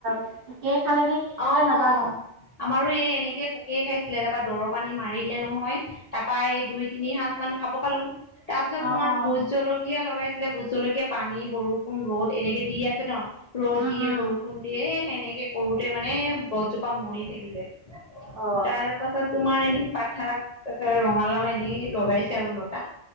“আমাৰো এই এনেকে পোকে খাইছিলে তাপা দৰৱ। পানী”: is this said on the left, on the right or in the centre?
Left